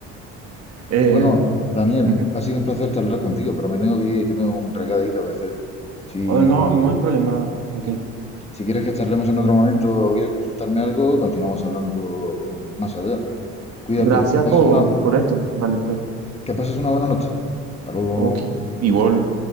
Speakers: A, on the right; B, on the left.
A: Eh,
B: Bueno, Daniel,
A: ujú.
B: ha sido un placer charlar contigo, pero me tengo que ir, que tengo un recadito que hacer. Si,
A: Oh, no, no hay problema. ok.
B: si quieres que charlemos en otro momento o quieres consultarme algo, continuamos hablando más allá. Cuídate,
A: Gracias
B: que pases
A: por,
B: una,
A: por esto. Vale, pues.
B: que pases una buena noche. Hasta luego.
A: Ok. Igual.